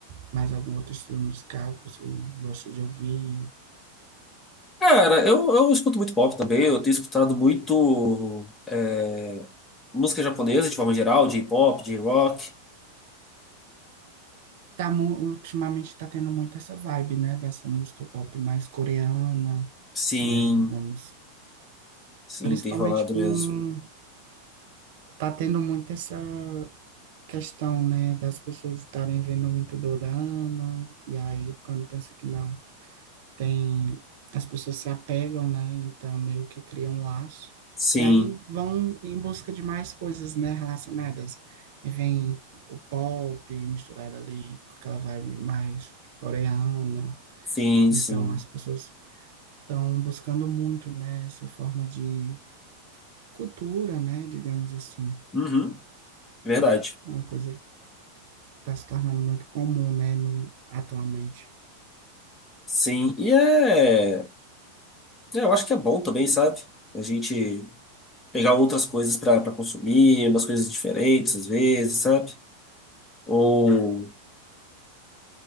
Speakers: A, on the right (about 50°); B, on the left (about 15°).
A: mais algum outro estilo musical que você gosta de ouvir?
B: Cara, eu, eu escuto muito pop também, eu tenho escutado muito é, música japonesa de forma geral, de pop, de rock.
A: Tá, mu- ultimamente está tendo muito essa vibe, né? Dessa música pop mais coreana,
B: Sim,
A: né? Vamos,
B: sim,
A: principalmente
B: tem rolado
A: com
B: mesmo.
A: tá tendo muito essa questão, né? Das pessoas estarem vendo muito dorama e aí quando pensa que não tem as pessoas se apegam, né? Então meio que criam um laço
B: Sim,
A: e aí vão em busca de mais coisas, né, relacionadas. E vem o pop misturado ali com aquela vibe mais coreana.
B: sim,
A: Então
B: sim.
A: as pessoas estão buscando muito, né, essa forma de cultura, né, digamos assim,
B: Uhum, verdade.
A: uma coisa que está se tornando muito comum, né, no, atualmente.
B: Sim, e é. É, eu acho que é bom também, sabe? A gente pegar outras coisas pra pra consumir, umas coisas diferentes às vezes, sabe? Ou.